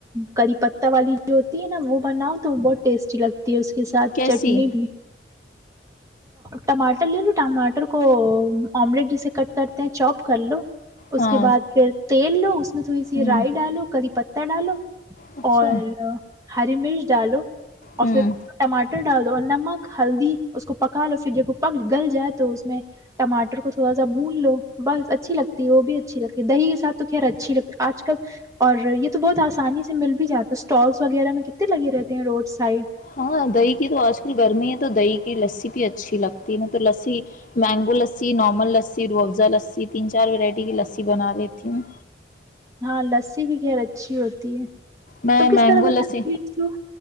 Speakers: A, on the right; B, on the left.
A: کری پہ والی جو ہوتی ہے نا وہ بناؤ تو بہت ٹیسٹی لگتی ہے اس اس کے ساتھ
B: کیسی
A: چٹنی بھی ٹماٹر لے لو ٹماٹر کو آملیٹ جسے کٹ کرتے ہیں چوپ کر لو اس
B: ہاں
A: کے بعد پھر تیل لو اس میں تھوڑی سی
B: ہوں
A: رائی ڈالو کری پتتا ڈالو
B: اچھا
A: اور ہری مرچ ڈالو اور
B: ہوں
A: پھر ٹماٹر ڈال دو اور نمک ہلدی اس کو پکا لو پھر جب وہ پک گل جائے تو اس میں ٹماٹر کو تھوڑا سا بھون لو بس اچھی لگتی ہے وہ بھی اچھی لگتی ہے دہی کے ساتھ تو خیر اچھی لگتی ہے آج کل اور یہ تو بہت آسانی سے مل بھی جاتا ہے اسٹالس وغیرہ میں کتنے لگے رہتے ہیں روڈ سائڈ
B: ہاں دہی کی تو آج کل گرمی ہے تو دہی کی لسی بھی اچھی لگتی ہے ن تو لسی مینگو لسی نارمل لسی روح افزا لسی تین چار ورائٹی کی لسی بنا رہیتی ہوں
A: ہاں لسی بھی خیر اچھی ہوتی ہے
B: میں
A: تم
B: مینگو
A: کس طرح بناتی
B: لسی
A: ہو لچو